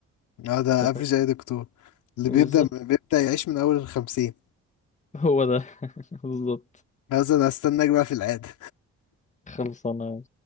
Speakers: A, on the left; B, on the left.
A: اه ده
B: انت
A: افريج
B: فاهم
A: اي دكتور اللي
B: بالظبط
A: بيبدأ بيبدأ يعيش من اول الخمسين
B: هو ده <laughs> بالظبط
A: هذا انا استناك بقى في العادة
B: خلصانة